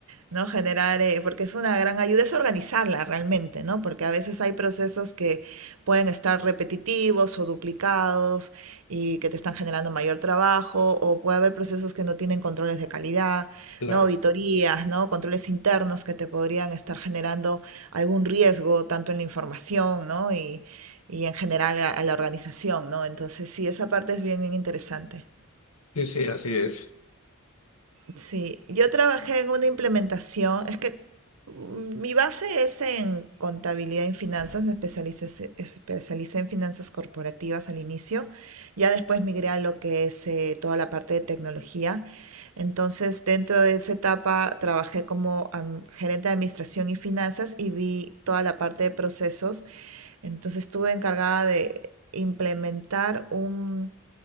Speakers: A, on the right (about 75°); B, on the left (about 85°).
A: ¿no? Generar, eh, porque es una gran ayuda, es organizarla realmente, ¿no? Porque a veces hay procesos que pueden estar repetitivos o duplicados y que te están generando mayor trabajo, o puede haber procesos que no tienen controles de calidad,
B: Claro,
A: ¿no? Auditorías, ¿no? Controles internos que te podrían estar generando algún riesgo, tanto en la información, ¿no? Y, y en general a, a la organización, ¿no? Entonces, sí, esa parte es bien, bien interesante.
B: sí, sí, así es.
A: Sí, yo trabajé en una implementación, es que mm, mi base es en contabilidad y finanzas, me especialicé, especialicé en finanzas corporativas al inicio, ya después migré a lo que es eh, toda la parte de tecnología, entonces dentro de esa etapa trabajé como am- gerente de administración y finanzas y vi toda la parte de procesos, entonces estuve encargada de implementar un